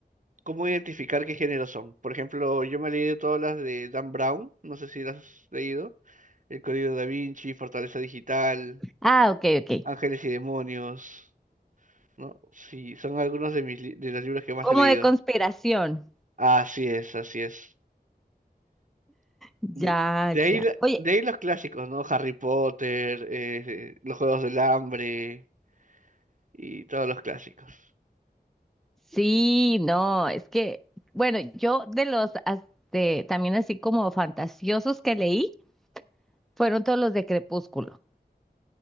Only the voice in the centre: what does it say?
Ah, ok, ok.
Como
de conspiración.
Ya,
ya.
Oye,
sí, no, es que, bueno, yo de los as- de- también así como fantasiosos que leí, fueron todos los de Crepúsculo.